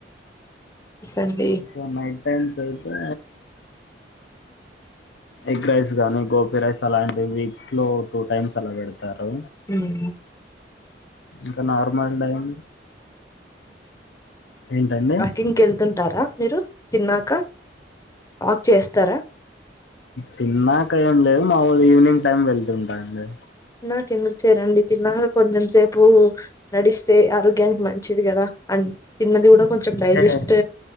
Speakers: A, on the left (about 20°); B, on the left (about 80°).
A: సండే
B: క నైట్ టైమ్స్ అయితే ఎగ్ రైస్ గానీ గోపి రైస్ అలాంటివి వీక్లో టూ టైమ్స్ అలా పెడతారు
A: ఉమ్మ్
B: ఇంక నోర్మల్ టైం ఏంటండి?
A: వాకింగ్కి వెళ్తుంటారా మీరు తిన్నాక వాక్ చేస్తారా
B: తిన్నాక ఏం లేదు మామూలు ఈవినింగ్ టైమ్ వెళ్తుంటానండి
A: నాకు ఎందుకు చేయరండి తిన్నాక కొంచెం సేపు నడిస్తే ఆరోగ్యానికి మంచిది కదా అండ్ తిన్నది కూడా కొంచెం డైజెస్ట్
B: అంటే